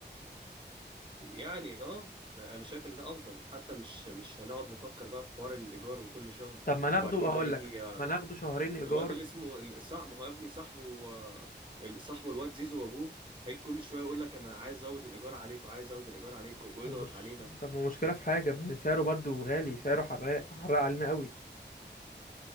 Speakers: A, on the right; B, on the left.
A: يعني اه انا شايف ان ده افضل حتى مش مش هنقعد نفكر بقى في حوار الايجار وكل شهر
B: طب ما ناخده
A: وبعد
B: هقول
A: كده يجي
B: لك
A: آه،
B: ما ناخده شهرين ايجار
A: الواد اللي اسمه ال- صع- ما هو يا ابني صاحبه آه، ال- صاحبه الواد زيزو وابوه هي كل شويه يقول لك انا عايز ازود الايجار عليكم عايز ازود الايجار عليكم ويضغط
B: مش
A: علينا
B: طب ما مشكله في حاجه ان سعره برضو غالي سعره حراق حراق علينا قوي